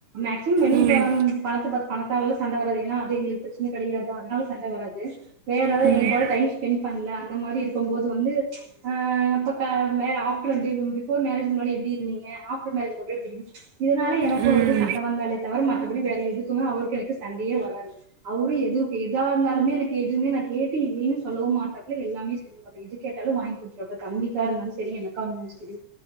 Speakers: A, on the right; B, on the right.
A: மேக்சிமம் வெளிய
B: ம் ம்
A: பணத்த பாத்து பண காலைல சண்ட வராது ஏனா, அது எங்ளுக்கு பிரச்ன கிடையாது, அதனால சண்ட வராது. வேற எதாவது
B: ம்
A: எங்க கூட டைம் ஸ்பெண் பண்ல அந்த மாரி இருக்கும் போது வந்து ஆ அப்ப க மே ஆஃப்டர் பி பிஃபோர் மேரேஜுக்கு முன்னாடி எப்டி இருந்திங் ஆப்டர் மேரேஜ்க்கு அப்பற <unintelligible> இதனால எனக்கு
B: ம் ம் ம்
A: அவருக்கு சண்ட வந்தாலே தவிர ம பிடி வேற எதுக்குமே அவருக்கு எனக்கு சண்டையே வராது அவரு எது எதா இருந்தாலுமே எனக்கு எதுமே ந கேட்டு இல்லீன்னு சொல்லவு மாட்டாப்ல எல்லாமே செஞ்சிடுவாப்ல எது கேட்டாலு வாங்கி குடுத் துடுவாப்ல தம்பிக்கா இருந்தாலும சேரி எனக்கா இருந்தாலும் சேரி